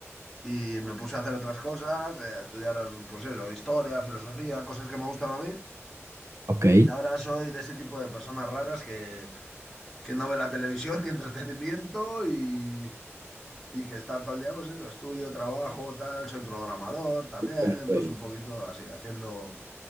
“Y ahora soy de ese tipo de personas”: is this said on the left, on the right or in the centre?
Centre